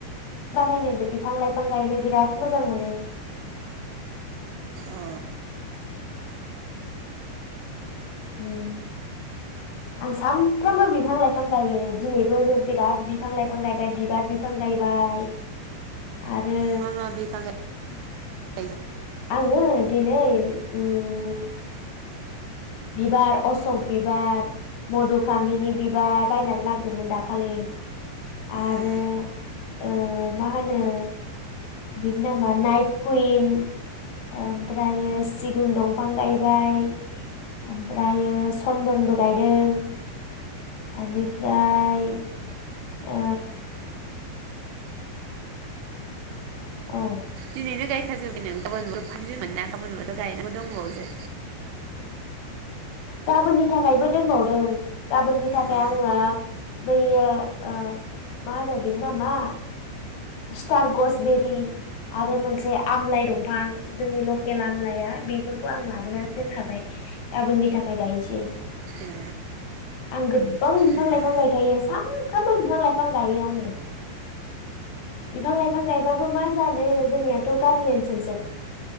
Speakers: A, on the left; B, on the right.
A: बानायनो बिफां लाइफां गायनो बिराद मोजां मोनो।
B: अ
A: ओम आं सानफ्रामबो बिफां लाइफां गायो। दिनैबो बिराद बिफां लाइफां गायबाय बिबार बिफां गायबाय। आरो
B: मा मा बिफां गाय
A: आङो? दिनै? उम बिबार अशक बिबार, मधुकामिनि बिबार बायनानै लाबोदोंमोन दाखालि आरो
B: अ
A: ओ मा होनो बिनि नामा नाइट कुइन ओमफ्रायो सिगुन दंफां गायबाय। ओमफ्रायो चन्दनबो गायदों एनिफ्राय ओ औ
B: दिनैनो गाय खा जोबबाय नों गाबोनबो फाइफ जुनमोन ना गाबोनबोथ' गायनांगो दंबावोसो
A: गाबोननि थाखायबो दोनबावदों। गाबोननि थाखाय
B: अ
A: आङो बैयो ओ मा होनो बेनो नामा स्टार गसबेरि आरो मोनसे आमलाइ दंफां जोंनि लकेल आमलाया बेफोरखौ आं लाबोनानै दोनखाबाय। गाबोननि थाखाय गायनोसै।
B: ए
A: आं गोबबां बिफां
B: उम
A: लाइफां गायखायो सानफ्रामबो बिफां लाइफां गायो आङो। बिफां लाइफां गायबाबो मा जानो जोंनियाथ' गामि ओनसोलसो